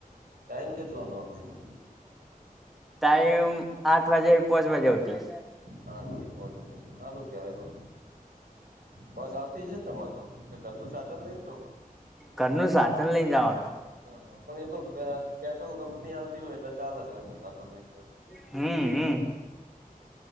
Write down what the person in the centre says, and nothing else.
ટાઈમ આઠ વાગે થી પાંચ વાગે હુધી.
ઘરનું સાધન લઈ જવાનું.
હમ હમ.